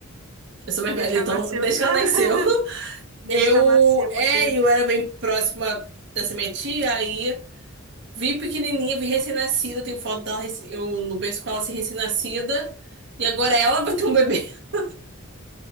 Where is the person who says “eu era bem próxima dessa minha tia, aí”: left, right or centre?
Right